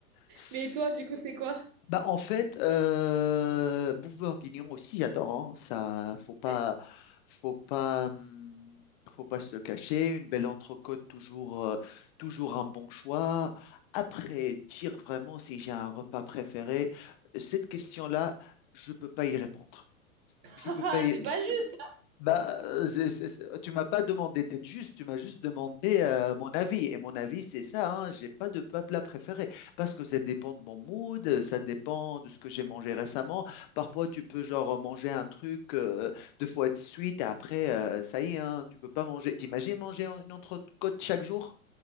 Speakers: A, on the left (about 35°); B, on the right (about 35°).
A: S-
B: Mais toi, du coup, c'est quoi?
A: Bah, en fait, euh, Bouvard-Guignon aussi, j'adore. hein. Ça, faut pas,
B: <laughs>
A: faut pas, hum, faut pas se le cacher. Une belle entrecôte, toujours, euh, toujours un bon choix. Après, dire vraiment si j'ai un repas préféré, cette question-là, je peux pas y répondre. Je
B: Ah,
A: peux pas.
B: c'est pas juste.
A: Bah, euh, c'est- c'est- c'est- tu m'as pas demandé d'être juste, tu m'as juste demandé euh, mon avis. Et mon avis, c'est ça, hein, j'ai pas de plat plat préféré. Parce que ça dépend de mon mood, euh, ça dépend de ce que j'ai mangé récemment. Parfois, tu peux genre manger un truc euh, deux fois de suite et après, euh, ça y est, hein, tu peux pas manger. T'imagines manger une entrecôte chaque jour?